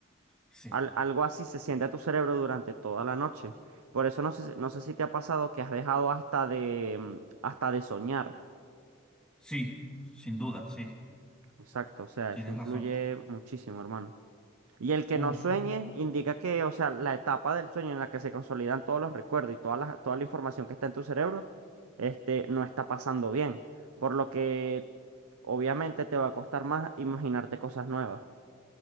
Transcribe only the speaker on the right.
al- algo así se siente a tu cerebro durante toda la noche. Por eso no sé, si- no sé si te ha pasado que has dejado hasta de, mm, hasta de soñar.
Exacto, o sea,
eso influye
muchísimo, hermano. Y el que
no sueñe indica que, o sea, la etapa del sueño en la que se consolidan todos los recuerdos y toda la, toda la información que está en tu cerebro, este, no está pasando bien. Por lo que obviamente te va a costar más imaginarte cosas nuevas.